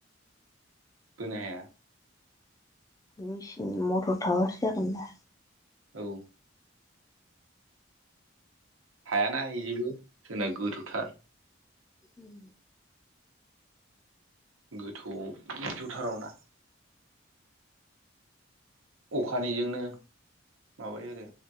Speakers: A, on the right; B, on the left.
A: बोनो हाया
B: मेचिन मथर थाबासो जागोन दा
A: औ हायाना इजोबो जोंना गोथौ थार
B: उम
A: गोथौआव गोथौ थाराव ना अखानिजोंनो माबायो आरो